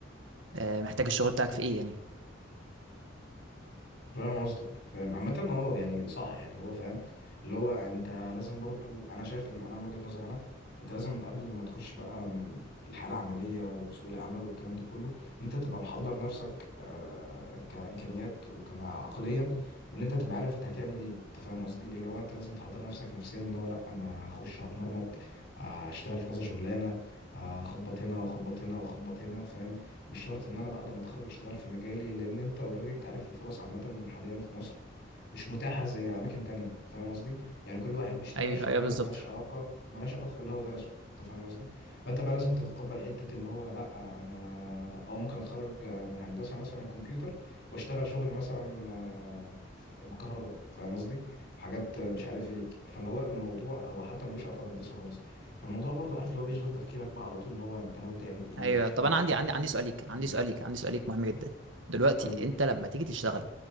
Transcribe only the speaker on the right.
آه محتاج الشغل بتاعك في ايه يعني
ايوه
ايوه بالظبط
ايوه
طب
انا
عندي عندي عندي سؤال ليك عندي
سؤال ليك عندي سؤال ليك مهم جدا دلوقتي
انت لما تيجي تشتغل